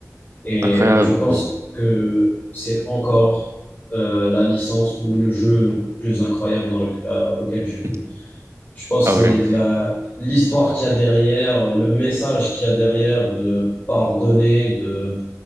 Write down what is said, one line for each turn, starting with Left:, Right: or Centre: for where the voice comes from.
Left: Et
Right: Incroyable.
Left: je pense
Right: mais-
Left: que c'est encore euh, la licence ou le jeu le plus incroyable dans le- euh, auquel j'ai
Right: <laughs>
Left: joué. Je pense
Right: Ah
Left: que c'est
Right: ouais.
Left: la, l'histoire qu'il y a derrière, le message qu'il y a derrière de pardonner, de,